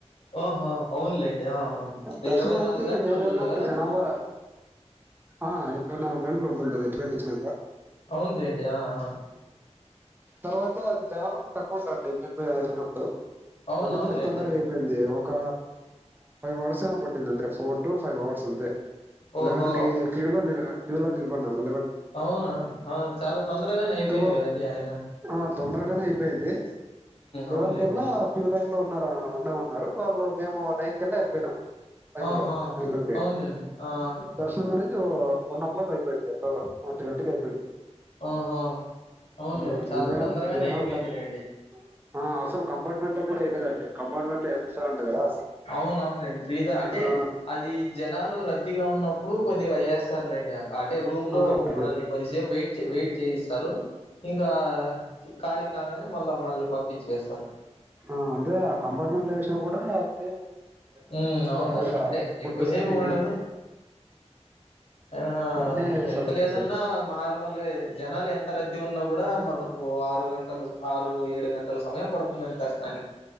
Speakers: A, on the left; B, on the right.
A: ఆహా అవునులేండి ఆ
B: దర్శనం
A: ఇరవై నాలుగు
B: అయితే
A: గంటలు
B: మేము
A: ఉంటుంది
B: వెళ్ళినప్పుడు
A: కదండి
B: జనాభా ఆ ఇరవై నాలుగు గంటలు ఉంటుంది అది ఎట్టు గంటచ్చిన
A: అవునులేండి ఆ ఆ
B: తర్వాత అది జనాలకు తక్కవ వెళ్ళినప్పుడు
A: అవునవునులేండి
B: అందుకని తొందరగా అయిపోయింది ఒక స కొట్టింది అంతే ఫోర్ టు ఫైవ్ అవర్స్ అంతే
A: ఓహో
B: లెవెన్ క్యూ లో క్యూలో నిలబడ్డాము
A: అవునా అవును చాలా తొందరగానే అయిపోయింది
B: టూ
A: కదండి అయినా
B: ఆ తొందరగానే అయిపోయింది లెవెన్
A: అవునులేండి
B: కెల్లా ఫ్యూ ఉ ఉన్నామన్నారు వాళ్ళు మేము నైన్ కెళ్లా వెళ్ళిపోయినాం లైన్
A: ఆహా
B: లో లైన్ అయిలోకే
A: అవునులేండి ఆ
B: దశనం మ వన్ ఓ క్లాక్ అయిపోయింది ఒ ఒంటి గంటకి అయిపోయింది
A: ఆహా అవునులేండి
B: ఆ
A: చాలా
B: ఇదే
A: తొందరగానే
B: జనాలు
A: అయిపోయిందిలేండి
B: తక్కు ఆ అస కంపార్ట్మెంట్ లో కూడా వెయలేదండి కంపార్ట్మెంట్ లో వేస్తారు అంట కదా
A: అవున అవునండి ఫ్రీద అంటే
B: ఆ
A: అది జనాలు రద్దీగా ఉన్నప్పుడు కొద్దిగా ఏస్తారులేండి అంటే రూమ్ లో
B: ఆ అదే
A: మనల్ని కొద్దిసేపు వెయిట్ వెయిట్ చేయిస్తారు ఇంకా ఖాళీ కాంగానే మళ్ళా మనల్ని పంపించి వేస్తారు
B: ఆ అంటే ఆ కంపార్ట్మెంట్ లో వేసినా కూడా అంతేం ఉండదండి దాంట్లో
A: ఉ
B: కూడా
A: అవునువును
B: బాగా
A: అంటే
B: ఫుడ్
A: ఎక్కువసేపు
B: కానీ
A: ఉండదు అయినా
B: అన్నీ
A: ఎంత
B: సర్వ్
A: లేదన్నా
B: చేస్తారు
A: మార్మల్గా జనాలు ఎంత రద్దీ ఉన్నా కూడా మనకు ఆరు గంటలు ఆరు ఏడు గంటల సమయం పడుతుందండి దర్శనానికి